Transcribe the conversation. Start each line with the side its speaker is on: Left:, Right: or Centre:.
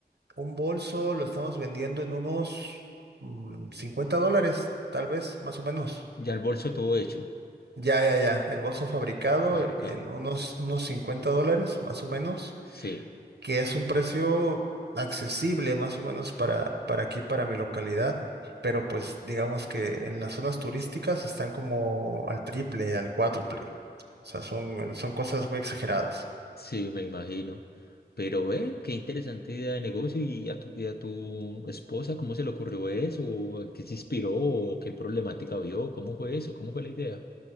Right: un bolso lo estamos vendiendo en unos mm, 50 dólares, tal vez, más o menos.
Left: Ya el bolso todo hecho,
Right: Ya, ya, ya. El bolso fabricado
Left: fabricado.
Right: en unos, unos 50 dólares, más o menos
Left: Sí,
Right: que es un precio accesible más o menos para, para aquí, para mi localidad, pero pues digamos que en las zonas turísticas están como al triple, al cuádruple. O sea, son, son cosas muy exageradas.
Left: sí, me imagino. Pero, eh, qué interesante idea de negocio. ¿Y a tu, y a tu esposa cómo se le ocurrió eso? ¿O ¿En qué se inspiró? ¿O qué problemática vio? ¿Cómo fue eso? ¿Cómo fue la idea?